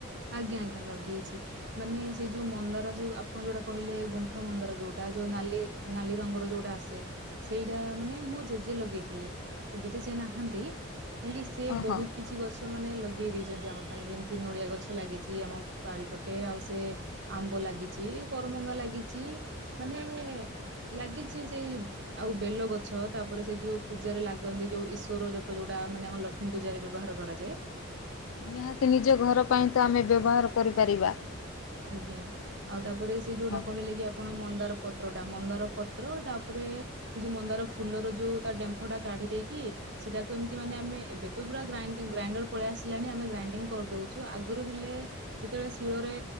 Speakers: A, on the right; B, on the left.
A: ଆଜ୍ଞା, ଆଜ୍ଞା ଲଗେଇଛି। ମାନେ ସେଇ ଯୋଉ ମନ୍ଦାର ଯୋଉ ଆପଣ ଯୋଉଟା କହିଲେ ଗୁମ୍ଫା ମନ୍ଦାର ଯୋଉଟା, ଯୋଉ ନାଲି ନାଲି ରଙ୍ଗର ଯୋଉଟା ଆସେ। ସେଇଟା ମାନେ ମୋ ଜେଜେ ଲଗେଇଥିଲେ, ଏବେ ତ ସେ ନାହାନ୍ତି। ମେ ବି ସେ
B: ହଁ
A: ବହୁତ
B: ହଁ
A: କିଛି ଗଛ ମାନେ ଲଗେଇ ଦେଇ ଯେମତି ଆମ ପାଇଁ ଯେମିତି ନଡିଆ ଗଛ ଲାଗିଛି, ଆମ ବାଡି ପଟେ। ଆଉ ସେ ଆମ୍ବ ଲାଗିଛି, କରମଙ୍ଗା ଲାଗିଛି, ମାନେ ଲାଗିଛି ସେ ଆଉ ବେଲ ଗଛ, ତାପରେ ସେ ଯୋଉ ପୂଜାରେ ଲାଗନ୍ତି ଯୋଉ ଈଶ୍ୱର ଯୋଟ ଯୋଉଟା ମାନେ ଆମ ଲ କ୍ଷ୍ମୀ ପୂଜାରେ ବ୍ୟବହାର କରାଯାଏ।
B: ନିହାତି ନିଜ ଘର ପାଇଁ ତ ଆମେ ବ୍ୟବହାର କରିପାରିବା।
A: ଆଜ୍ଞା। ଆଉ ତାପରେ ସେ ଯୋଉଟା
B: ହଁ
A: କହିଲେ କି ଆପଣ ମନ୍ଦାର ପତ୍ର ଟା, ମନ୍ଦାର ପତ୍ର ତାପରେ ସେ ଯୋଉ ମନ୍ଦାର ଫୁଲର ଯୋଉ ତା ଡେମ୍ଫଟା କାଢି ଦେଇକି, ସେଟାକୁ ଏମିତି ମାନେ ଆମେ ଏବେ ତ ପୁରା ଗ୍ରାଇଡିଙ୍ଗ ଗ୍ରାଇଣ୍ଡର୍ ପଳେଇ ଆସିଲାଣି ଆମେ ଗ୍ରାଇଣ୍ଡିଙ୍ଗ କରିଦଉଛୁ। ଆଗରୁ ହେଲେ ଯେତେବେଳେ ଶିଳରେ